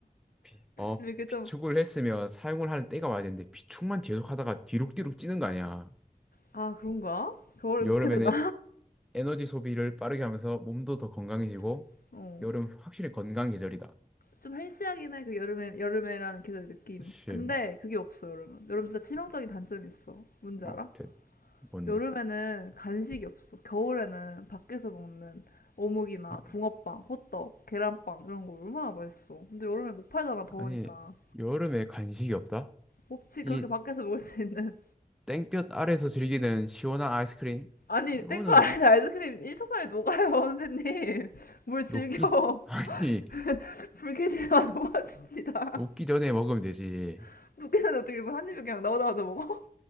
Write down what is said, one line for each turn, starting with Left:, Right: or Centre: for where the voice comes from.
Centre: 비, 어,
Left: <laughs> 이렇게 좀,
Centre: 비축을 했으면 사용을 할 때가 와야 되는데 비축만 계속 하다가 뒤룩뒤룩 찌는 거 아니야.
Left: 아, 그런가? 겨울에
Centre: 여름에는
Left: 그렇게 되나?
Centre: 에너지 소비를 빠르게 하면서 몸도 더 건강해지고
Left: <laughs> 어.
Centre: 여름 확실히 건강 계절이다.
Left: 좀 헬스하긴 해, 그 여름에, 여름에라는 계절 느낌이.
Centre: 사실
Left: 근데 그게 없어, 여름은. 여름 진짜 치명적인 단점이 있어. 뭔지 알아?
Centre: 어, 대, 뭔데?
Left: 여름에는 간식이 없어. 겨울에는 밖에서 먹는 어묵이나
Centre: 아,
Left: 붕어빵, 호떡, 계란빵 이런 거 얼마나 맛있어. 근데 여름에 못 팔잖아, 더우니까.
Centre: 아니, 여름에 간식이 없다?
Left: 없지,
Centre: 이
Left: 그렇게 밖에서 먹을 수 있는.
Centre: 땡볕 아래에서 즐기는 시원한 아이스크림?
Left: <laughs> 아니,
Centre: 이거는
Left: 땡파 안에서 아이스크림 1초 만에 녹아요, <laughs> 선생님. 뭘 즐겨.
Centre: 녹기, <laughs> 아니,
Left: <laughs> 불쾌지수가 높아집니다.
Centre: 녹기 전에 먹으면 되지.
Left: <laughs> 녹기 전에 어떻게 이거 한 입에 그냥 나오자마자 먹어?